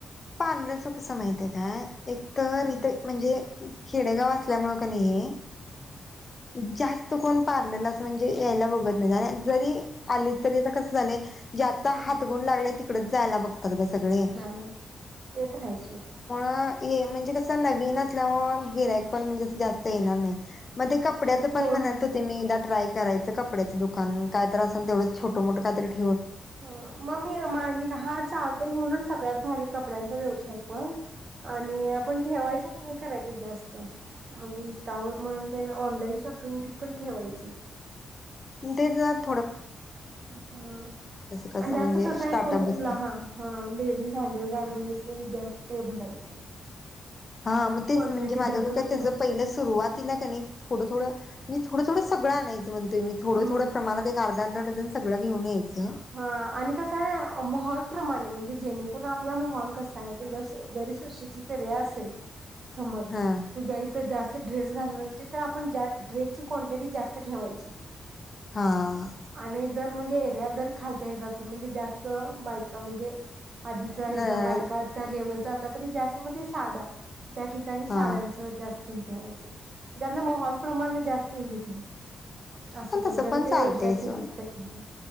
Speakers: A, on the left (about 30°); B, on the right (about 45°).
A: पार्लरच कस माहिते काय एकतर
B: हम्म
A: हिते म्हणजे खेडेगाव असल्यामुळ कणी हे जास् त कोण पार्लरलाच म्हणजे यायला बघत नईत आणि आज जरी आली तरी आता कस झालंय. ज्याचा
B: हम्म
A: हातगुण लागलाय ती कडच जायला बग् त्यात गं सगळे
B: झालं ते तर हाय सोड
A: हा ये म्हणजे कस नवीन असल्यामुळंन गिऱ्हा पण कस जास्त येणार नाई, म ते कपड्याच
B: हो.
A: पण म्हणत होते मी एकदा ट्राय करायचं कपड्याच दुकान काय तर असल तेवढच छोटं मोठं कायतरी ठे
B: ह म मी <unintelligible> हा चालते घेऊनच सगळ्यात भारी कपड्यांचा व्यवसाय पण आणि आपण ठेवायचं आणि करायचं जास्त म्हणजे इन्स्टावर म्हण तेन ऑनलाईन शॉ <unintelligible> पण ठेवायची.
A: उ तेज्यात
B: ह म्हणजे
A: कसं म्हणजे
B: अस कसं
A: स्टार्टअप
B: आय सांगू
A: बसते
B: तुला हा, हा हा लेडीज अंडर गारमेंटस् तेन जास्त भरायचं.
A: हा म तेच
B: क्वांटिटी
A: म्हणजे माझ्या
B: जास्त
A: डोक्यात
B: असत्या.
A: त्याज पयलं सुरुवातीला कनी थोडं थोडं म्ह थोडं थोडं सगळं आणायचं. म्हणतोय मी थोडं
B: हं
A: थोडं प्रमाणात एक अर्धा अर्धा डझन सगळं घेऊन यायचं.
B: हा आणि कसाय माहोल प्रमाण म्हण जे जेणेकरून आपला माहोल कसाय तेज्या शे शेजारी सुशिक्षित सगळे असेल. समज,
A: हा
B: तुझ्या इथं जास्त, ड्रेस घालनार असेल तर, आपण जास ड्रेसची कॉन्टीटी जास्त ठेवायची.
A: हा आ.
B: आणि जर म्हणजे एरिया जर खालच्या हेजा असेल म्हणजे जास्त बायका म्हणजे, आधीच हेज
A: अ
B: बायकाचा लेव्हल. <unintelligible> तरी जास्त मधे साड्या, त्या ठिकाणी साड्यांचं
A: हा
B: जास्त ही, ठेवायच, म्हणजे आपल्या मोहाल प्रमाण जास्तय हिटिंग. असं
A: पण
B: कर
A: तसं
B: जरी
A: पण चालतंय
B: तो व्यवसाय केलीस
A: सोड
B: तरी, हं.